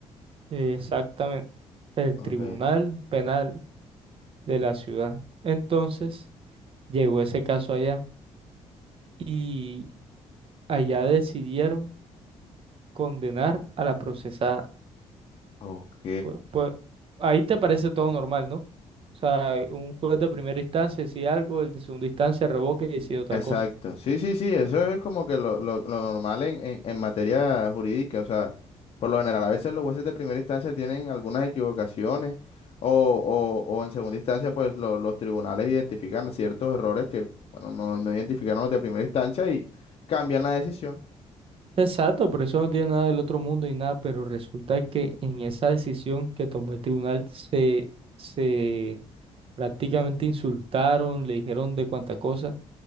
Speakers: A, on the right (about 50°); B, on the left (about 50°).
A: Eh, Exactamente. El
B: Ok,
A: Tribunal Penal de la ciudad. Entonces llegó ese caso allá y allá decidieron condenar a la procesada.
B: ok,
A: Pues, pues, ahí te parece todo normal, ¿no? O sea, un juez de primera instancia decide algo, el de segunda instancia revoca y decide otra
B: exacto.
A: cosa.
B: Sí, sí, sí, eso es como que lo, lo- lo normal en, en, en materia jurídica. O sea, por lo general, a veces los jueces de primera instancia tienen algunas equivocaciones o, o, o en segunda instancia, pues lo- los tribunales identifican ciertos errores que, bueno, no, no identificaron los de primera instancia y cambian la decisión.
A: Exacto, por eso no tiene nada del otro mundo y nada, pero resulta que en esa decisión que tomó el tribunal se, se prácticamente insultaron, le dijeron de cuánta cosa